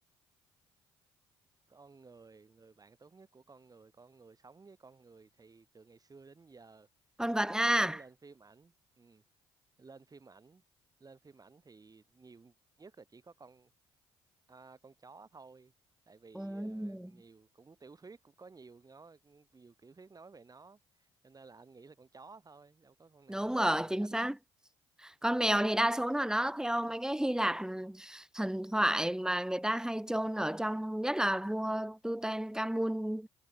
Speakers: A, on the right; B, in the centre.
A: Con người, người bạn tốt nhất của con người, con người sống với con người thì từ ngày xưa đến giờ
B: Con vật
A: và
B: nha.
A: cũng có lên phim ảnh. Ừ, lên phim ảnh, lên phim ảnh thì nhiều nhất là chỉ có con à, con chó thôi. Tại vì
B: Ừ,
A: ờ, nhiều cũng tiểu thuyết cũng có nhiều nói nhiều tiểu thuyết nói về nó cho nên là anh nghĩ là con chó thôi, đâu có con nào,
B: đúng
A: con
B: rồi
A: mèo thì
B: chính
A: ít
B: xác
A: lắm.
B: con mèo thì đa số là nó theo mấy cái Hy Lạp ừ, thần thoại mà người ta hay chôn ở trong nhất là vua Tutankhamun